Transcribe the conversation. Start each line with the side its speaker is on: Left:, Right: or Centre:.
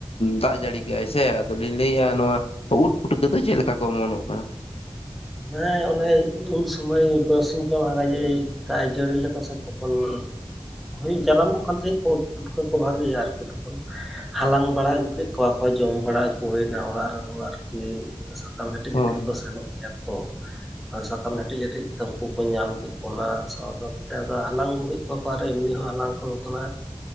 Left: ᱫᱟᱜ ᱡᱟᱹᱲᱤ ᱠᱮᱜᱼᱟᱭ ᱥᱮ, ᱟᱹᱞᱤᱧ ᱞᱟᱹᱭᱮᱫᱼᱟ ᱱᱚᱣᱟ ᱩᱫᱽ ᱯᱩᱴᱠᱟᱹ ᱫᱚ ᱪᱮᱫ ᱞᱮᱠᱟ ᱠᱚ ᱚᱢᱚᱱᱚᱜ ᱠᱟᱱᱟ ᱾
Centre: ᱦᱮᱸ ᱚᱱᱮ ᱩᱱ ᱥᱩᱚᱢᱚᱭ ᱵᱟᱨᱥᱤᱧ ᱯᱮ ᱢᱟᱦᱟ ᱡᱮ ᱫᱟᱜ ᱮ ᱡᱟᱹᱲᱤ ᱞᱮᱫᱟ ᱥᱮ ᱛᱚ ᱛᱚᱠᱷᱚᱱ ᱦᱩᱸ ᱡᱟᱱᱟᱢᱚᱜ ᱠᱟᱱ ᱛᱟᱦᱮᱸᱫ ᱠᱚ ᱯᱩᱴᱠᱟᱹ ᱠᱚ ᱵᱷᱟᱜᱤ ᱜᱮ ᱟᱨᱠᱤ ᱛᱚᱠᱷᱚᱱ ᱾ ᱦᱟᱞᱟᱝ ᱵᱟᱲᱟ ᱟᱹᱜᱩ ᱠᱮᱫ ᱠᱚᱣᱟ ᱠᱚ ᱡᱚᱢ ᱵᱟᱲᱟ ᱟᱹᱜᱩ ᱦᱩᱭᱱᱟ ᱚᱲᱟᱜ ᱨᱮᱦᱚᱸ ᱟᱨᱠᱤ ᱾ ᱟᱢ ᱦᱮᱴᱮᱡ
Left: ᱦᱳᱭ
Centre: ᱦᱮᱴᱮᱡ ᱠᱚ ᱥᱮᱱᱚᱜ ᱜᱮᱭᱟ ᱛᱚ ᱾ ᱟᱨ ᱥᱟᱠᱟᱢ ᱦᱮᱴᱮᱡ ᱦᱮᱴᱮᱡ ᱛᱟᱹᱠᱩ ᱠᱚ ᱧᱟᱢ ᱠᱮᱫ ᱠᱚ ᱚᱱᱟ ᱥᱟᱶ ᱥᱟᱶᱛᱮ ᱟᱫᱚ ᱦᱟᱞᱟᱝ ᱟᱹᱜᱩ ᱠᱮᱫ ᱠᱚᱣᱟ ᱾ ᱚᱠᱟ ᱨᱮ ᱮᱢᱱᱤ ᱦᱚᱸ ᱦᱟᱞᱟᱝ ᱠᱚᱫᱚ ᱠᱟᱱᱟ